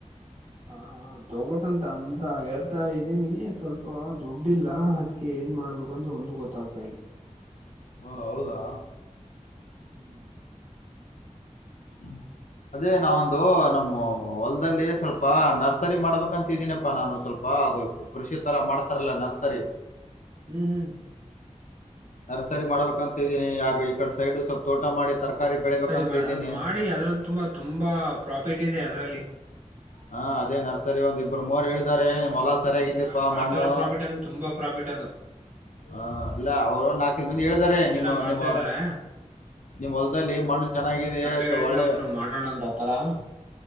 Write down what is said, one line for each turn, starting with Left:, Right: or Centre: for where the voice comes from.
Right: ಹಾ ಹಾ ತೂಬೇಕಂತ ಅಂತ ಹೇಳ್ತಾ ಇದ್ದೀನಿ ಸ್ವಲ್ಪ ದುಡ್ಡ ಇಲ್ಲ ಅದಕ್ಕೆ ಏನ್ ಮಾಡ್ಬೇಕಂತ ಒಂದು ಗೊತ್ತ ಗೊತ್ತಾಗ್ತಾ ಇಲ್ಲ
Left: ಹಾ ಹೌದಾ
Right: ಹ್ಮ್
Left: ಹ್ಮ್ ಅದೇ ನಾವೊಂದು ನಮ್ಮ ಹೊಲ್ದಲ್ಲಿ ಸ್ವಲ್ಪ ನರ್ಸರಿ ಮಾಡ್ಬೇಕಂತಿದೀನಪ್ಪಾ ನಾನು ಸ್ವಲ್ಪ ಅದು ಕೃಷಿ ತರ ಮಾಡ್ತಾರಲ್ಲಾ ನರ್ಸರಿ
Right: ಹ್ಮ್ ಹ್ಮ್
Left: ನರ್ಸರಿ ಮಾಡ್ಬೇಕಂತ ಇದೀನಿ ಆಗ ಈ ಕಡೆ ಸೈಡ್ ಸ್ವಲ್ಪ ತೋಟ ಮಾಡಿ ತರಕಾರಿ
Right: ನರ್ಸರಿ
Left: ಬೆಳಿಬೇಕಂತ
Right: ಮಾಡ
Left: ಇದ್ದೀನಿ
Right: ಮಾಡಿ ಅದ್ರಲ್ಲಿ ತುಂಬಾ ತುಂಬಾ ಪ್ರಾಫಿಟ್ ಇದೆ ಅದರಲ್ಲಿ
Left: ಹಾ ಅದೇ ನರ್ಸರಿ ಒಂದ್ ಇಬ್ಬರು ಮೂರ್ ಹೇಳಿದಾರೆ ನಿಮ್ಮ್ ಹೊಲಾ
Right: ಹಾ
Left: ಸರಿಯಾಗಿದ್ದೀಪ್ಪಾ
Right: ಯಾ ಯಾವ
Left: ಮಣ್ಣು
Right: ತರ ಪ್ರಾಫಿಟ್ ಅಂದ್ರೆ ತುಂಬಾ ಪ್ರಾಫಿಟ್ ಅದು
Left: ಹ ಇಲ್ಲಾ ಅವರು
Right: ಹ್ಮ
Left: ನಾಕೈದು ಮಂದಿ
Right: ನಮ್ಮೂರಲ್ಲಿ
Left: ಹೇಳ್ದಾರೆ
Right: ಜನ
Left: ನಿಮ್ಮ
Right: ಮಾಡ್ತಾ
Left: ನಿಮ್ಮ
Right: ಇದ್ದಾರೆ
Left: ನಿಮ್ ಹೊಲ್ದಲ್ಲಿ
Right: ನನ್ಗೂ
Left: ಮಣ್ಣ ಚೆನ್ನಾಗಿದೆ
Right: ನನ್ ಫ್ರೆಂಡ್ ಹೇಳಿದ್ನ
Left: ಒಳ್ಳೆ
Right: ಒಬ್ನು ಮಾಡೋಣ ಅಂತ ಆತರ ಹ್ಮ್